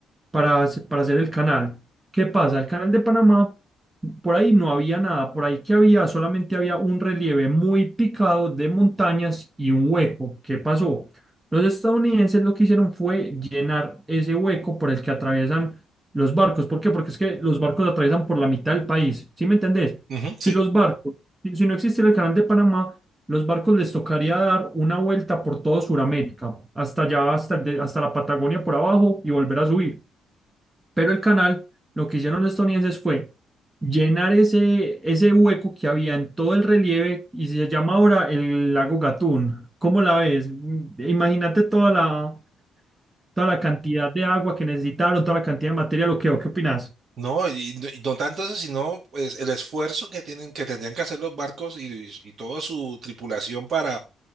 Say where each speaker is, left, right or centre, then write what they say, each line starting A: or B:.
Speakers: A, on the right; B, on the right.
A: para, hace- para hacer el canal. ¿Qué pasa? El canal de Panamá, por ahí no había nada, por ahí que había, solamente había un relieve muy picado de montañas y un hueco. ¿Qué pasó? Los estadounidenses lo que hicieron fue llenar ese hueco por el que atraviesan los barcos. ¿Por qué? Porque es que los barcos atraviesan por la mitad del país. ¿Sí me entendés?
B: Ujú,
A: Si
B: sí.
A: los barcos, si si no existiera el canal de Panamá, los barcos les tocaría dar una vuelta por todo Sudamérica, hasta allá, hasta, el de- hasta la Patagonia por abajo y volver a subir. Pero el canal, lo que hicieron los estadounidenses fue llenar ese, ese hueco que había en todo el relieve y se llama ahora el lago Gatún. ¿Cómo la ves? Mm, Imagínate toda la, toda la cantidad de agua que necesitaron, toda la cantidad de material, ¿o qué, ¿O qué opinas?
B: No, y, y no tanto eso, sino pues el esfuerzo que tienen, que tendrían que hacer los barcos y, y toda su tripulación para,